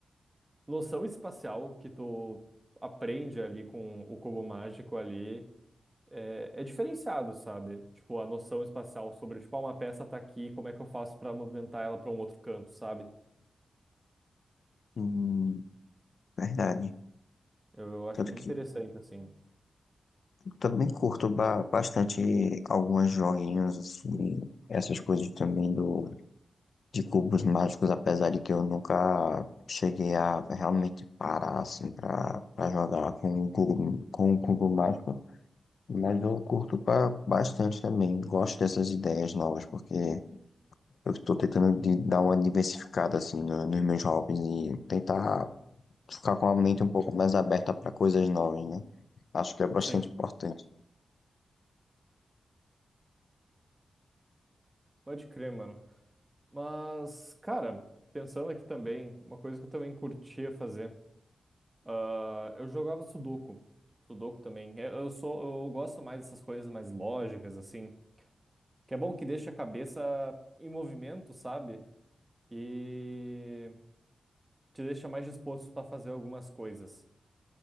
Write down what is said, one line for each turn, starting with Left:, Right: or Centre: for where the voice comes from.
Right: noção espacial que tu aprende ali com o cubo mágico ali é, é diferenciado, sabe? Tipo, a noção espacial sobre, tipo, ah, uma peça tá aqui, como é que eu faço pra movimentar ela pra um outro canto, sabe?
Left: Hum, verdade.
Right: Eu acho
Left: Tanto
Right: bem
Left: que
Right: interessante, assim.
Left: eu também curto ba- bastante alguns joguinhos, assim, essas coisas também do, de cubos mágicos, apesar de que eu nunca cheguei a realmente parar, assim, pra, pra jogar com um cubo, com um cubo mágico. Mas eu curto ba- bastante também. Gosto dessas ideias novas, porque. Eu estou tentando de dar uma diversificada assim no- nos meus hobbies e tentar ficar com a mente um pouco mais aberta para coisas novas, né? Acho que é bastante
Right: Sim,
Left: importante.
Right: pode crer, mano. Mas, cara, pensando aqui também, uma coisa que eu também curtia fazer, ah, eu jogava Sudoku. Sudoku também. Eu eu sou, eu gosto mais dessas coisas mais lógicas, assim. Que é bom que deixa a cabeça em movimento, sabe? e te deixa mais disposto para fazer algumas coisas.